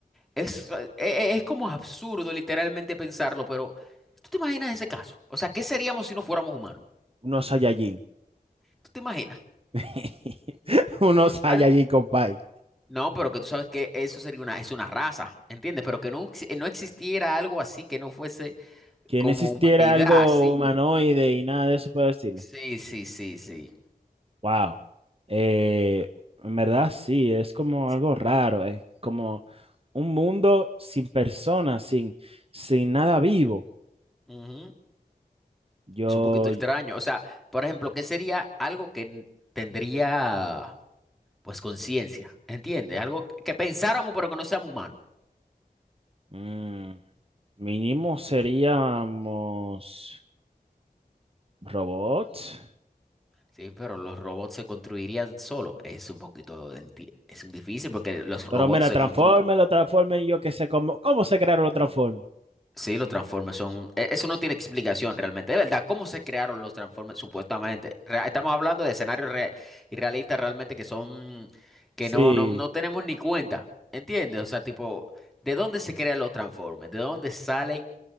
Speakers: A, in the centre; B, on the right (about 35°).
A: Es, eh, eh, es como absurdo literalmente pensarlo, pero ¿tú te imaginas ese caso? O sea, ¿qué seríamos si no fuéramos humanos?
B: unos Saiyajin.
A: ¿Tú te imaginas?
B: <laughs> Unos Saiyajin,
A: Al-
B: compay.
A: No, pero que tú sabes que eso sería una, es una raza, ¿entiendes? Pero que no, ex- no existiera algo así que no fuese
B: Que
A: como
B: no existiera
A: humanidad,
B: algo
A: sí,
B: humanoide y nada de eso por decirlo.
A: sí, sí, sí, sí.
B: Wow. Eh, en verdad sí, es como
A: sí.
B: algo raro, es como un mundo sin personas, sin, sin nada vivo.
A: Ujú.
B: Yo,
A: Es un poquito extraño. O sea, por ejemplo, ¿qué sería algo que n- tendría, pues, conciencia? ¿Entiendes? Algo que que pensáramos, pero que no seamos humanos.
B: mm, mínimo seríamos robots.
A: Sí, pero los robots se construirían solos. Es un poquito, de enti- es un difícil porque los robots
B: Pero mira,
A: se
B: transforme,
A: construyen.
B: lo transforme y yo qué sé cómo, cómo se crearon los transformes.
A: Sí, los Transformers son, e- eso no tiene explicación realmente. De verdad, ¿cómo se crearon los Transformers supuestamente? Rea- Estamos hablando de escenarios re- irrealistas realmente que son, que
B: Sí,
A: no, no, no tenemos ni cuenta, ¿entiendes? O sea, tipo, ¿de dónde se crean los Transformers? ¿De dónde salen